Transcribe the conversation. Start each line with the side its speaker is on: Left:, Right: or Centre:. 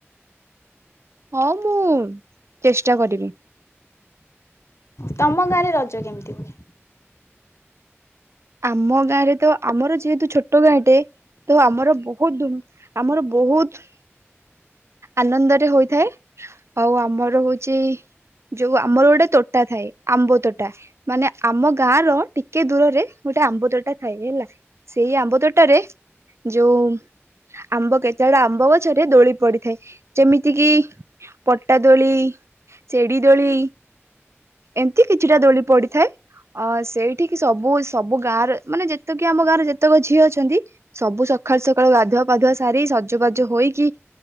Right: ହଁ ମୁଁ ଚେଷ୍ଟା କରିବି।
Left: ତମ ଗାଁରେ ରଜ କେମିତି ହୁଏ?
Right: ଆମ ଗାଁରେ ତ ଆମର ଯେହେତୁ ଛୋଟ ଗାଁଟେ ତ ଆମର ବହୁତ ଆମର ବହୁତ ଆନନ୍ଦରେ ହୋଇଥାଏ ଆଉ ଆମର ହଉଛି ଯୋଉ ଆମର ଗୋଟେ ତୋଟା ଥାଏ ଆମ୍ବ ତୋଟା। ମାନେ ଆମ ଗାଁ ର ଟିକେ ଦୂରରେ ଗୋଟେ ଆମ୍ବୁଦଟା ଥାଏ ହେଲା। ସେଇ ଆମ୍ବ ତୋଟାରେ ଯୋଉ ଆମ୍ବ କେତେବେଡା ଆମ୍ବ ଗଛରେ ଦୋଳି ପଡି ଥାଏ ଯେମିତି କିି ପଟା ଦୋଳି ସେଡି ଦୋଳି ଏମିତି କିଛିଟା ଦୋଳି ପଡିଥାଏ। ଅ ସେଇଠିକି ସବୁ ସବୁ ଗାଁରେ ମାନେ ଯେତକି ଆମ ଗାଁରେ ଯେତେକ ଝିଅ ଅଛନ୍ତି ସବୁ ସକାଳୁ ସକାଳୁ ଗାଧୁଆ ପାଧୁଆ ସାରି ସଜବାଜ ହୋଇକି